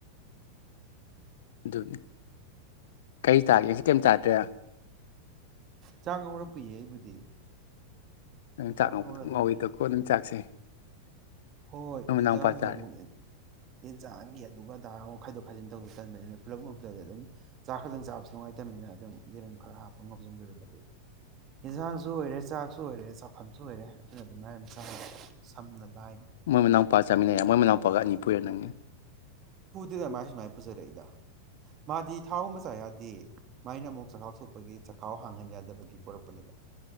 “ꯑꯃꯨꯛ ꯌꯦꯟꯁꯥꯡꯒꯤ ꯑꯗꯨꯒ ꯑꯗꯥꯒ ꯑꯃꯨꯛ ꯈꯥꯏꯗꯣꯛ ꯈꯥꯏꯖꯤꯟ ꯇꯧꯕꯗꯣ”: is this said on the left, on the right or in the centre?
Right